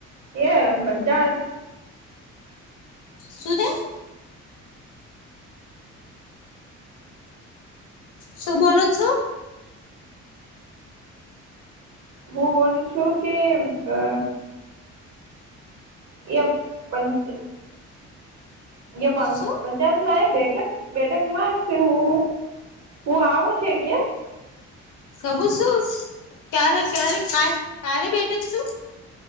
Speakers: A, on the right (about 65°); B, on the left (about 80°).
A: એ પંચાયત
B: શું થે શું બોલો છો
A: હું બોલું છું કે અ એય પંચ અયા
B: શું
A: પંચાયતમાં એ બેઠક બેઠકમાં શું ઓ આવો છે કે
B: ખબર શું ક્યારે ક્યારે ક્યારે બેઠક છું